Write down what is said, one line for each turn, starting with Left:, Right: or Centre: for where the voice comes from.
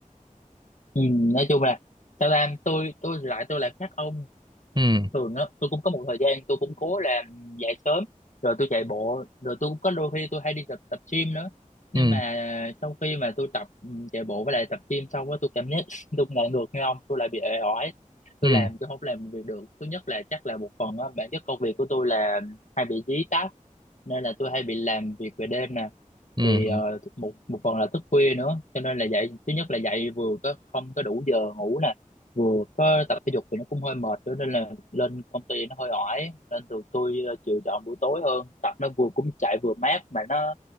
Left: Ừ, nói chung là sao ta tôi tôi thì lại tôi lại khác ông
Right: ừ
Left: thường á tôi cũng có một thời gian tôi cũng cố làm dậy sớm rồi tôi chạy bộ rồi tôi cũng có đôi khi tôi hay đi tập tập gym nữa nhưng
Right: ừ
Left: mà sau khi mà tôi tập ừ, chạy bộ với lại tập gym xong á tôi cảm giác <laughs> tôi lại ngược như ông tôi lại bị ệ oải tôi
Right: ừ
Left: làm tôi không làm việc được thứ nhất là chắc là một phần á bản chất công việc của tôi là hay bị dí tát nên là tôi hay bị làm việc về đêm nè
Right: ừ
Left: thì ờ,
Right: ừ
Left: một một phần là thức khuya nữa cho nên là dậy thứ nhất là dậy vừa có không có đủ giờ ngủ nè vừa có tập thể dục thì nó cũng hơi mệt nữa nên là lên công ty nó hơi oải nên tụi tôi ờ, chịu chọn buổi tối hơn tập nó vừa cũng chạy vừa mát mà nó